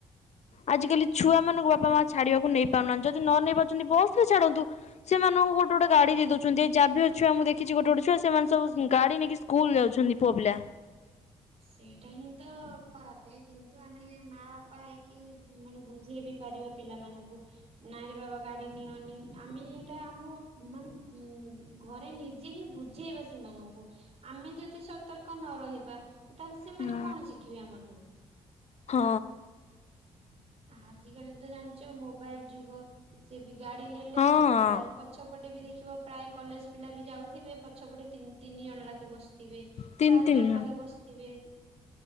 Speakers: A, on the left; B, on the right.
A: ଆଜିକାଲି ଛୁଆ ମାନଙ୍କୁ ବାପା ମା ଛାଡିବାକୁ ନେଇ ପାରୁନାହାନ୍ତି ଯଦି ନ ନେଇ ପାରୁଛନ୍ତି ବସ ରେ ଛାଡନ୍ତୁ। ସେମାନଙ୍କୁ ଗୋଟେ ଗୋଟେ ଗାଡି ଦେଇ ଦଉଛନ୍ତି ଏଇ ଯାଭିଅର ଛୁଆ ମୁଁ ଦେଖିଛି ଗୋଟେ ଗୋଟେ ଛୁଆ ସେମାନେ ସବୁ ଗାଡି ନେଇକି ସ୍କୁଲ ଯାଉଛନ୍ତି। ପୁଅପିଲା।
B: ସେଇଟା ହିଁ ତ ଖରାପ କିନ୍ତୁ ଆମେ ମା ବାପା ହେଇ କି ମାନେ ବୁଝେଇ ବି ପାରିବା ପିଲାମାନଙ୍କୁ। ନାଇଁରେ ବାବା ଗାଡି ନିଅନି ଆମେ ହେଇଟା ଆମ ମାନେ ଉ ଘରେ ନି ନିଜେ ହିଁ ବୁଝେଇବା ସେମାନଙ୍କୁ ଆମେ ଯଦି ସତର୍କ ନ ରହିବା ତାହେଲେ ସେମାନେ
A: ହଁ
B: କଣସି ଖିବେ ଆମଠୁ।
A: ହଁ।
B: <inaudible> ଆଜିକାଲି ତ ଜାଣିଛ ମୋବାଇଲ ଯୁଗ ସେ ବି ଗାଡ଼ି ନେଲେ
A: ହଁ
B: ତ ମୋବାଇଲ ପ ପଛପଟେ ବି ଦେଖିବ ପ୍ରାୟ କଲେଜ ପିଲା ବି ଯାଉଥିବେ ପଛପଟେ ତିନ୍ ତିନି ଜଣ ଲାଖେ ବସିଥିବେ
A: ତିନି
B: ଚାରି
A: ତିନି
B: ଜଣ ଲାଖେ ବସିଥିବେ।